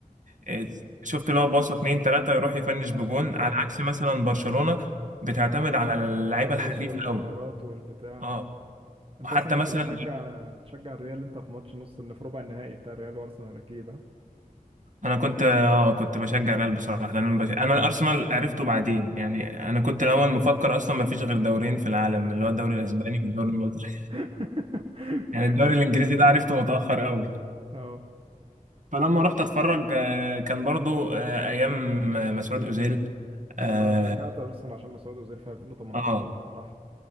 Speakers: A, on the right (about 60°); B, on the right (about 40°).
A: إيه، شفت اللي هو باصة اتنين تلاتة يروح يفنش بجون
B: اه آه.
A: على عكس مثلا برشلونة بتعتمد على اللعيبة
B: على الترقيص
A: الحريفة
B: والمهارات
A: قوي
B: والبتاع
A: اه
B: انت
A: حتى
B: اصلا كنت
A: مثلا
B: بتشجع تشجع الريال انت في ماتش نص الن- في ربع النهائي بتاع الريال وارسنال اكيد ها؟
A: انا كنت اه كنت بشجع الريال بصراحه لان بش... انا الارسنال عرفته بعدين يعني انا كنت الاول مفكر اصلا ما فيش غير دورين في العالم اللي هو الدوري الاسباني والدوري المصري
B: <laughs>
A: <laughs> يعني الدوري الانجليزي ده
B: اه
A: عرفته متاخر قوي
B: آه.
A: فلما رحت اتفرج آه، كان برضو آه، ايام آه، مسعود اوزيل اه
B: انا ما انا شجعت ارسنال عشان ما سعود اوزيل في 2018
A: آه.
B: بصراحة